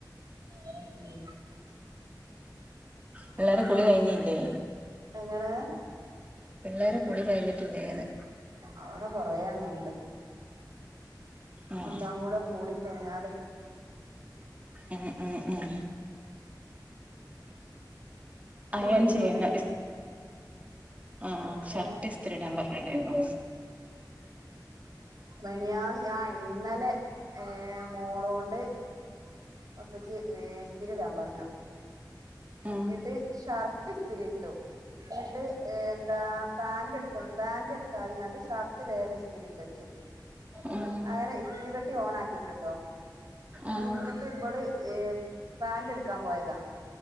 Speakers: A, on the right; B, on the right.
A: ഉം ഉം
B: പിള്ളേരെ കുളി കഴിഞ്ഞില്ലേ?
A: എങ്ങനെ?
B: പിള്ളേരെ കുളി കഴിഞ്ഞിട്ടില്ലേന്ന്‌?
A: അവടെ കൊറെ എണ്ണം ഇണ്ട്
B: ഉം
A: എല്ലാം കൂടെ കൂടി കഴിഞ്ഞാല്
B: ഉം ഉം ഉം അയേൺ
A: വടിയും
B: ചെയ്യണം
A: കൊണ്ട് വരും
B: ഇസ് ആഹ് ഷർട്ട്
A: ഏ
B: ഇസ്തിരി ഇടാൻ പറഞ്ഞിണ്ടായിരുന്നു.
A: മെനഞ്ഞാന്ന് ആഹ് ഇന്നലെ ഏഹ് മോളോണ്ട് വാപ്പച്ചി മേസ്തിരിടാൻ പറഞ്ഞു
B: ഉം
A: ഇട്ട് ഷർ ട്ട് ഇസ്തിരിയിട്ടു എന്നിട്ട് ഏഹ് എന്താ പാന്റ് എടുത്തോണ്ട് പാന്റ് എടുക്കാതിം കാണ്ട് ഷർട്ട് വേഗം ഇസ്തിരി ഇട്ടച്ചു.
B: ഉം
A: അങ്ങനെ ഇസ്തിരി പെട്ടി ഓൺ ആക്കിട്ട്ട്ടോ
B: ഉം
A: ഇങ്ങ ട്ട് ഇവള് ഏഹ് പാന്റ് എടുക്കാൻ പോയതാ